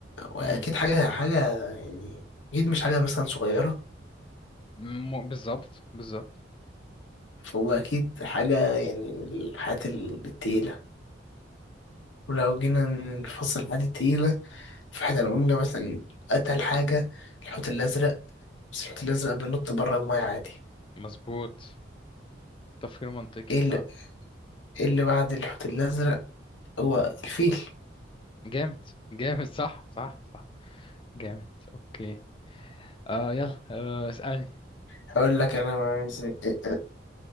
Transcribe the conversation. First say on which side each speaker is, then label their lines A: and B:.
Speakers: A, on the left (about 85°); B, on the left (about 30°).
A: واكيد
B: مم.
A: حاجة حاجة يعني اكيد مش حاجة مثلا صغيرة
B: م- بالظبط بالظبط
A: فهو اكيد حاجة يعني من الحاجات التقيلة ولو جينا نفصل الحاجات التقيلة فاحنا لو قلنا مثلا أتقل حاجة الحوت الأزرق بس الحوت الأزرق بينط بره المية عادي
B: مظبوط تفكير منطقي
A: ايه اللي,
B: اه
A: إيه اللي بعد الحوت الأزرق هو الفيل
B: جامد جامد صح صح صح جامد اوكي آه يلا آه اسألني
A: هقول لك أنا عايز إيه- إيه-